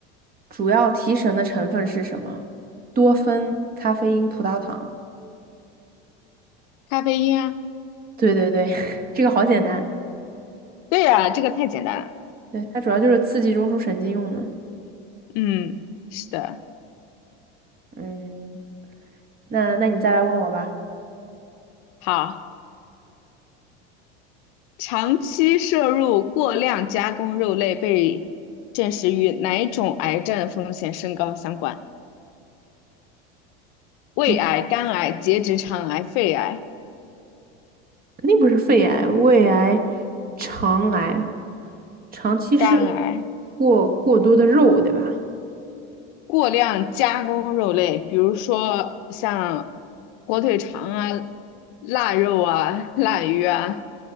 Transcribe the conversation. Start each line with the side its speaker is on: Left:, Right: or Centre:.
Right: 主要提神的成分是什么？多酚、咖啡因、葡萄糖。
Left: 咖啡因啊，
Right: 对对对，<laughs> 这个好简单。
Left: 对呀、这个太简单了。
Right: 对，它主要就是刺激中枢神经用的。
Left: 嗯，是的，
Right: 嗯，那那你再来问我吧。
Left: 好，长期摄入过量加工肉类被证实与哪种癌症风险升高相关？胃癌、
Right: 嗯，
Left: 肝癌、结直肠癌、肺癌。
Right: 肯定不是肺癌、胃癌、肠癌，长期摄入
Left: 肝癌，
Right: 过过多的肉，对吧？
Left: 过量加工肉类，比如说像火腿肠啊、腊肉啊、腊鱼啊